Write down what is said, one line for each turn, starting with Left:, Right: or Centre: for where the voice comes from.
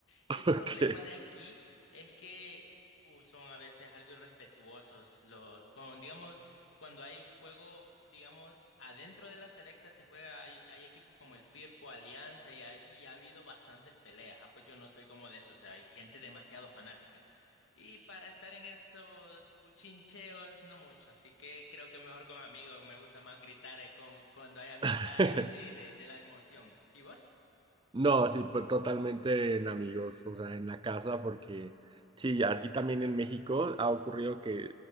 Left: El problema
Right: Ok.
Left: de aquí es que uh, son a veces algo irrespetuosos los con digamos cuando hay juego digamos adentro de la selecta se juega hay, hay equipos como el Firpo, Alianza y ha, y ha habido bastantes peleas. Ah, pues yo no soy como de eso, o sea, hay gente demasiado fanática. Y para estar en esos buchincheos no mucho, así que creo que mejor con amigos, me gusta más gritar eh, con cuando hay amistades
Right: <laughs>
Left: así de, de la emoción. ¿Y vos?
Right: No, sí, pues, totalmente en amigos, o sea, en la casa, porque sí, aquí también en México ha ocurrido que